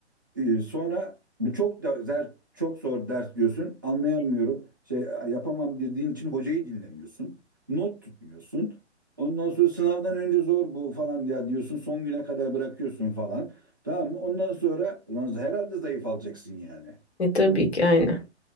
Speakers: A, on the right (about 20°); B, on the left (about 65°).
A: Ee, sonra bu çok da zer, çok zor ders diyorsun. Anlayamıyorum. Şey yapamam dediğin için hocayı dinlemiyorsun. Not tutmuyorsun. Ondan sonra sınavdan önce zor bu falan ya diyorsun. Son güne kadar bırakıyorsun falan. Tamam mı? Ondan sonra ulan herhalde zayıf alacaksın yani.
B: E tabii ki aynen.